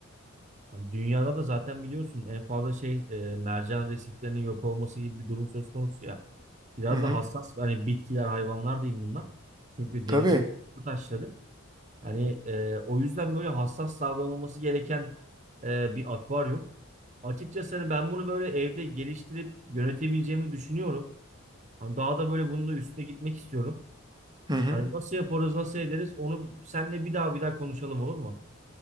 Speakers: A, on the right; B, on the right.
A: hani dünyada da zaten biliyorsun en fazla şey e, mercan resiflerinin yok olması gibi bir durum söz konusu ya. Biraz
B: Hı hı.
A: da hassas hani bitkiler, hayvanlar diyeyim bunlar. Çünkü denizin
B: Tabii.
A: bu taşları. Yani e, o yüzden böyle hassas davranılması gereken e, bir akvaryum. Açıkçası hani ben bunu böyle evde geliştirip yönetebileceğimi düşünüyorum. Hani daha da böyle bunun da üstüne gitmek istiyorum.
B: Hı hı.
A: Hani nasıl yaparız, nasıl ederiz onu seninle bir daha bir daha konuşalım olur mu?